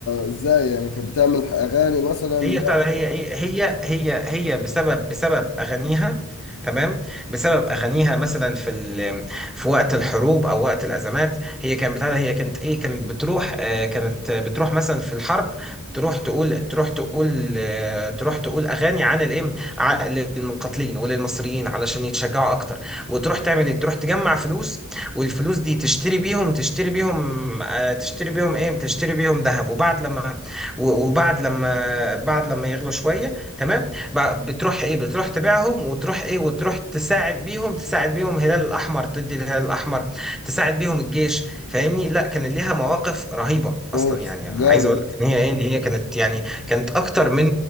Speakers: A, on the left; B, in the centre.
A: ازاي يعني كانت بتعمل اغاني مثلا
B: هي بتاع ده، هي ايه هي هي هي بسبب بسبب اغانيها تمام بسبب اغانيها مثلا في ال... في وقت الحروب او وقت الازمات هي كانت بتاع ده، هي كانت ايه كانت بتروح آه كانت بتروح مثلا في الحرب تروح تقول تروح تقول آه تروح تقول اغاني عن الايه ع- للمقاتلين وللمصريين علشان يتشجعوا اكتر وتروح تعمل ايه تروح تجمع فلوس والفلوس دي تشتري بيهم تشتري بيهم آه تشتري بيهم ايه تشتري بيهم ذهب وبعد لما و- وبعد لما بعد لما يغلوا شويه تمام ب- بتروح ايه بتروح تبيعهم وتروح ايه وتروح تساعد بيهم تساعد بيهم الهلال الاحمر تدي الهلال الاحمر تساعد بيهم الجيش فاهمني لا كان ليها مواقف رهيبه
A: اوف
B: اصلا يعني عايز
A: جامد
B: اقول لك ان هي ايه ان هي كانت يعني كانت اكتر من